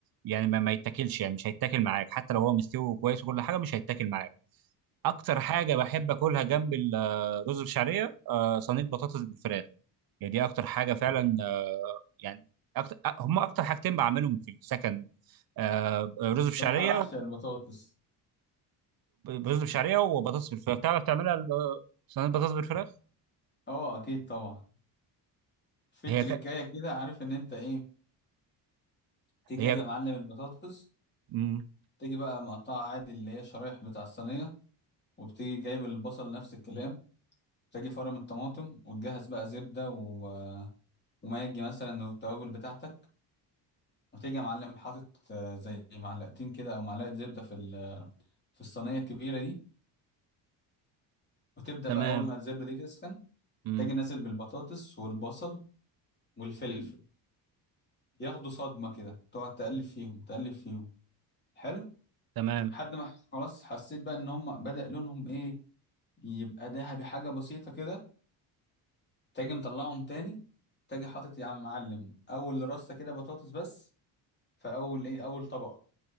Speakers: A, on the right; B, on the left.
A: يعني ما, ما يتاكلش يعني مش هيتاكل معاك حتى لو هو مستوي وكويس وكل حاجه مش هيتاكل معاك اكتر حاجه بحب اكلها جنب الرز بالشعريه آه، صينيه بطاطس بالفراخ يعني دي اكتر حاجه فعلا آه، يعني أكتر هم اكتر حاجتين بعملهم في السكن آه، رز
B: أنا بصراحة
A: بشعريه
B: بعشق البطاطس
A: رز بشعريه وبطاطس بالفراخ تعرف تعملها ال- صينيه بطاطس بالفراخ
B: اه اكيد طبعا في
A: هي
B: تريكاية
A: ك...
B: كده عارف ان انت ايه تيجي
A: هي
B: جايب يا معلم البطاطس
A: مم.
B: تيجي بقى مقطعها عادي اللي هي شرايح بتاع الصينية وبتيجي جايب البصل نفس الكلام تجي فرم الطماطم وتجهز بقى زبدة و... وماجي مثلا والتوابل بتاعتك وتيجي يا معلم حاطط آه، زي معلقتين كده أو معلقة زبدة في ال... في الصينية الكبيرة دي وتبدأ
A: تمام
B: بقى أول ما الزبدة دي تسخن
A: مم.
B: تجي نازل بالبطاطس والبصل والفلفل ياخدوا صدمة كده تقعد تقلب فيهم تقلب فيهم حلو
A: تمام
B: لحد ما خلاص حسيت بقى إن هم بدأ لونهم إيه يبقى دهبي حاجة بسيطة كده تاجي مطلعهم تاني تاجي حاطط يا عم معلم اول رصه كده بطاطس بس في اول ايه اول طبقه